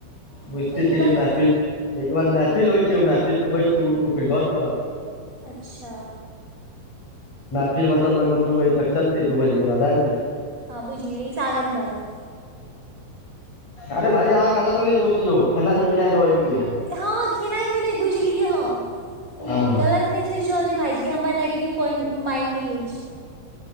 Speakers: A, on the left; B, on the right.
A: बुझिते
B: ओहिके
A: छिय जे
B: बाद
A: महफिल ओइके बाद मेहफिल होइ छै ओ महफिल मे बैसू उठु फिर घर पर आउ
B: अच्छा
A: मेहफिल मतलब लगभ दू बजे तक चलतै दू बजे के बाद आबिय जबै
B: हँ बुझलियै ईस आगा नइ बाजब
A: अरे भाय अहाँ गलत नए सोचियौ खेनाइ पिनाइ रहै छय
B: हँ खेनाइ पिनाइ बुझि गेलियै हम
A: हँ
B: गलत नेइ सोइच रहल छीए भाईजी ईए हमर नेगेटिव पॉइंट माइंड नैए ऐ इस